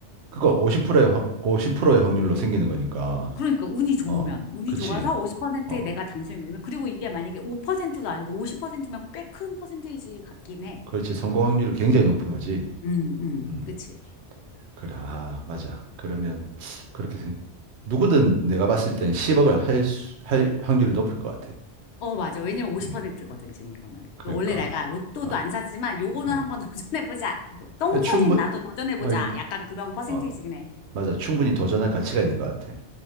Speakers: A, on the right (about 70°); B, on the left (about 70°).
A: 그거 50%의 확, 50%의 확률로 생기는 거니까.
B: 그러니까 운이 좋으면
A: 어,
B: 운이
A: 그렇지.
B: 좋아서 50%에
A: 어,
B: 내가 당첨이 되면 그리고 이게 만약에 5%도 아니고 50%면 꽤 큰 퍼센테이지 같긴 해.
A: 그렇지. 성공 확률이 굉장히 높은 거지.
B: 음, 음,
A: 음,
B: 그치.
A: 그래. 아, 맞아. 그러면 그렇게 생, 누구든 내가 봤을 땐 10억을 할, 수- 할 확률이 높을 것 같아.
B: 어, 맞아. 왜냐면 50%거든,
A: 음.
B: 지금 이거는.
A: 그러니까
B: 원래 내가 로또도
A: 아,
B: 안 사지만 요거는
A: 어.
B: 한번 <laughs> 도전해보자. 똥손인
A: 충분
B: 나도 도전해보자.
A: 어, 이-
B: 약간 그런 퍼센테이지긴
A: 어,
B: 해.
A: 맞아 충분히 도전할 가치가 있는 것 같아.